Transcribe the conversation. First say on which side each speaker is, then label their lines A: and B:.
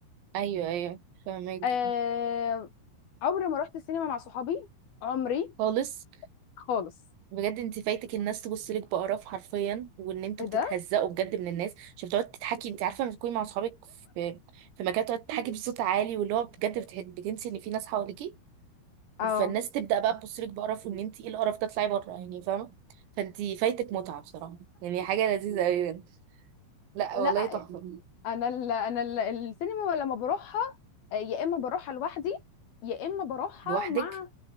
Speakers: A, on the right; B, on the left.
A: ايوه ايوه فهماكي
B: آه... عمري ما رحت السينما مع صحابي عمري
A: خالص
B: خالص
A: بجد انت فايتك الناس تبص لك بقرف حرفيا وان انتوا
B: ايه ده
A: بتتهزقوا بجد من الناس عشان بتقعد تتحكي انت عارفه لما تكوني مع اصحابك في في مكان تقعد تحكي بصوت عالي واللي هو بجد بتح- بتنسي ان في ناس حواليكي
B: اه
A: فالناس تبدا بقى تبص لك بقرف وان انت ايه القرف ده اطلعي بره يعني فاهمه فانت فايتك متعه بصراحه يعني حاجه لذيذه قوي يعني. لا
B: لا
A: والله تحفه
B: انا ال... انا ال... السينما لما بروحها آه، يا اما بروحها لوحدي يا اما بروحها
A: لوحدك
B: مع